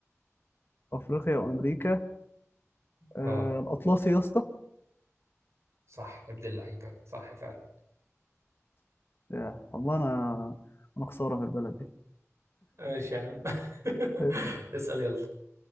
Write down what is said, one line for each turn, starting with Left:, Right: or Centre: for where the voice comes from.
Left: افريقيا وامريكا آه
Right: اه
Left: الاطلسي يا اسطى
Right: صح يا ابن اللعيبه صح فعلا
Left: يا والله انا انا خساره في البلد دي
Right: ماشي يا عم <laughs>
Left: أيوة.
Right: اسال يلا